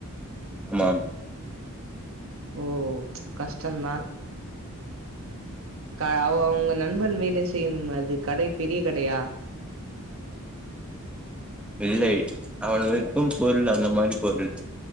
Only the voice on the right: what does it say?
ஓ கஷ்டம்தான் க ஓ உங்க நண்பன் வேலை செய்யும் அது கடை பெரிய கடையா